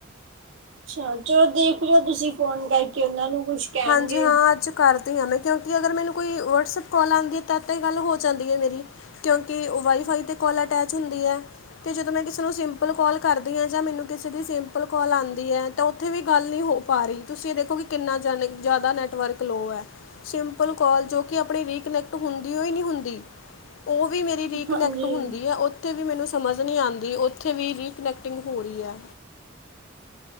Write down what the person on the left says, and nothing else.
ਹਾਂਜੀ ਹਾਂ ਅੱਜ ਕਰਦੀ ਹਾਂ ਮੈਂ ਕਿਉਂਕਿ ਅਗਰ ਮੈਨੂੰ ਕੋਈ ਵਟਸਐਪ ਕਾਲ ਆਂਦੀ ਤਦ ਤੇ ਗੱਲ ਹੋ ਜਾਂਦੀ ਏ ਮੇਰੀ ਕਿਉਂਕਿ ਵਾਈਫਾਈ ਤੇ ਕੋਲ ਅਟੈਚ ਹੁੰਦੀ ਐ। ਤੇ ਜਦੋਂ ਮੈਂ ਕਿਸੇ ਨੂੰ ਸਿੰਪਲ ਕੋਲ ਕਰਦੀ ਹਾਂ ਜਾਂ ਮੈਨੂੰ ਕਿਸੇ ਦੀ ਸਿੰਪਲ ਕੋਲ ਆਂਦੀ ਐ। ਤਾਂ ਉੱਥੇ ਵੀ ਗੱਲ ਨੀ ਹੋ ਪਾ ਰਈ ਤੁਸੀਂ ਇਹ ਦੇਖੋ ਕਿ ਕਿੰਨਾ ਜਾਦਾ ਨੈਟਵਰਕ ਲੋ ਐ। ਸਿੰਪਲ ਕਾਲ ਜੋ ਕਿ ਆਪਣੀ ਰੀਕਨੈਕਟ ਹੁੰਦੀ ਹੋਈ ਨਈ ਹੁੰਦੀ ਓ ਵੀ ਮੇਰੀ ਰੀਕਨੈਕਟ
ਹੁੰਦੀ ਆ ਉੱਥੇ ਵੀ ਮੈਨੂੰ ਸਮਝ ਨਈ ਆਂਦੀ ਉੱਥੇ ਵੀ ਰੀਕਨੈਕਟਿੰਗ ਹੋ ਰਈ ਐ।।।